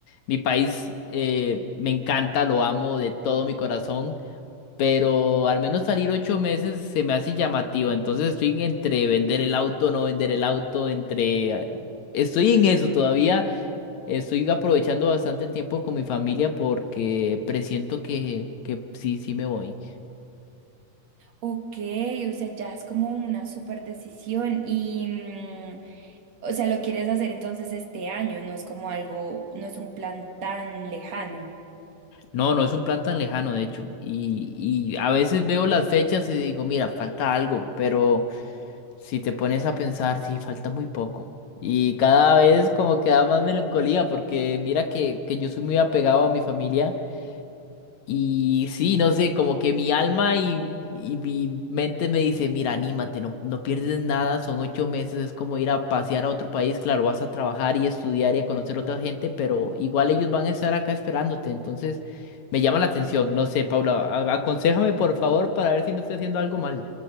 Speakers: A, on the left; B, on the right.
A: Mi país eh, me encanta, lo amo de todo mi corazón. pero al menos salir ocho meses se me hace llamativo. Entonces estoy entre vender el auto, no vender el auto, entre... Estoy en eso todavía. Estoy aprovechando bastante el tiempo con mi familia porque presiento que, que sí, sí me voy.
B: Ok, o sea, ya es como una super decisión y, mm, o sea, lo quieres hacer entonces este año, no es como algo, no es un plan tan lejano.
A: No, no es un plan tan lejano, de hecho. Y, y a veces veo las fechas y digo, mira, falta algo, pero si te pones a pensar, sí, falta muy poco. Y cada vez como que da más melancolía porque mira que, que yo soy muy apegado a mi familia. Y sí, no sé, como que mi alma y, y mi mente me dice, mira, anímate, no, no pierdes nada, son ocho meses, es como ir a pasear a otro país, claro, vas a trabajar y estudiar y a conocer otra gente, pero igual ellos van a estar acá esperándote, entonces me llama la atención, no sé, Paula, a- aconséjame por favor para ver si no estoy haciendo algo mal.